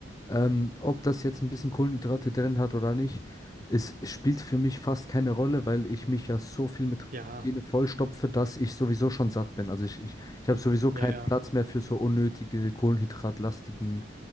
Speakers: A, on the left (about 20°); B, on the right (about 45°).
A: ähm, ob das jetzt ein bisschen Kohlenhydrate drin hat oder nicht, es spielt für mich fast keine Rolle, weil ich mich ja so viel mit
B: Ja,
A: Proteine vollstopfe, dass ich sowieso schon satt bin. Also ich, ich, ich habe sowieso
B: ja,
A: keinen
B: ja.
A: Platz mehr für so unnötige kohlenhydratlastigen